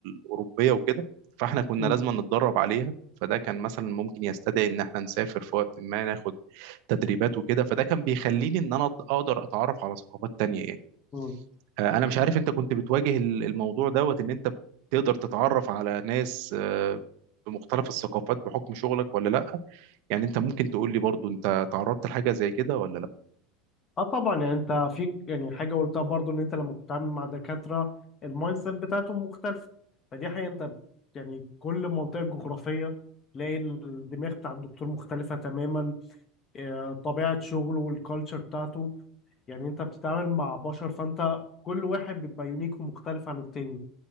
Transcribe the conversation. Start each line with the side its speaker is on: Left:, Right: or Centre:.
Right: اوروبيه وكده فاحنا كنا
Left: مم.
Right: لازم نتدرب عليها فده كان مثلا ممكن يستدعي ان احنا نسافر في وقت ما ناخد تدريبات وكده فده كان بيخليني ان انا اقدر اتعرف على ثقافات تانية يعني
Left: مم.
Right: آه، انا مش عارف انت كنت بتواجه ال- الموضوع دوت ان انت تقدر تتعرف على ناس آه، بمختلف الثقافات بحكم شغلك ولا لا يعني انت ممكن تقول لي برضو انت تعرضت لحاجة زي كده ولا لا
Left: اه طبعا يعني انت في يعني حاجه قلتها برضو ان انت لما بتتعامل مع دكاتره المايند سيت بتاعتهم مختلفه فدي حقيقه انت يعني كل منطقه جغرافيه تلاقي الدماغ بتاع الدكتور مختلفه تماما آه، طبيعه شغله والكالتشر بتاعته يعني انت بتتعامل مع بشر فانت كل واحد بيبقى يونيك ومختلف عن التاني